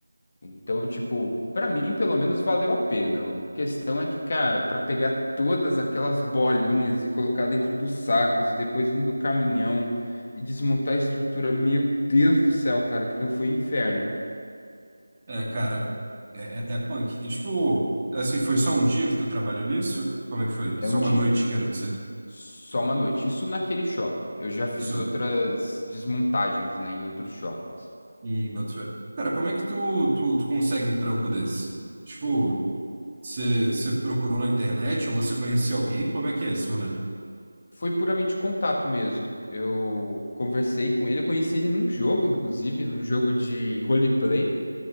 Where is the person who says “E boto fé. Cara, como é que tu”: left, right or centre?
Right